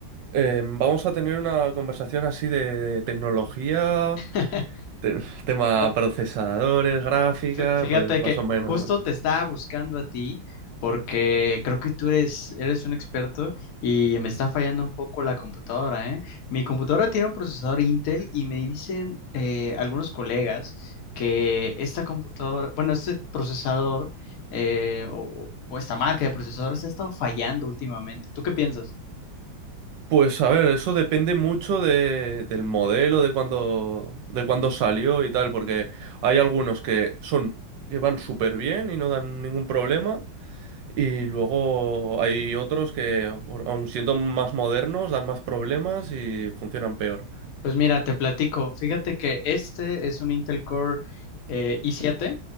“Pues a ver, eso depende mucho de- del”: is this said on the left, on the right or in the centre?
Right